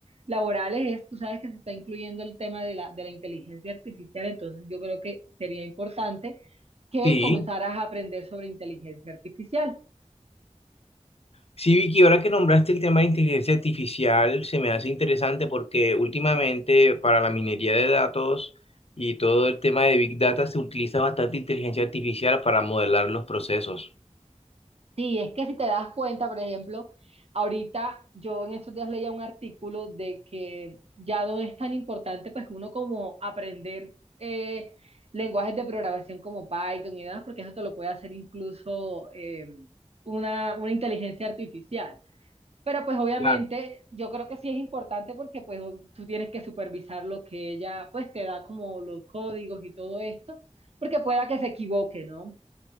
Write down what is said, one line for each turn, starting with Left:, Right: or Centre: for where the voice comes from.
Right: laborales, es, tú sabes que se está incluyendo el tema de la, de la inteligencia artificial, entonces yo creo que sería importante que
Left: Sí,
Right: comenzaras a aprender sobre inteligencia artificial.
Left: sí, Vicky, ahora que nombraste el tema de inteligencia artificial, se me hace interesante porque últimamente para la minería de datos y todo el tema de Big Data se utiliza bastante inteligencia artificial para modelar los procesos.
Right: Sí, es que si te das cuenta, por ejemplo, ahorita yo en estos días leía un artículo de que ya no es tan importante pues uno como aprender eh, lenguajes de programación como Python y demás, porque eso te lo puede hacer incluso eh, una, una inteligencia artificial. Pero pues obviamente
Left: Claro.
Right: yo creo que sí es importante porque pues tú tienes que supervisar lo que ella pues te da como los códigos y todo esto, porque pueda que se equivoque, ¿no?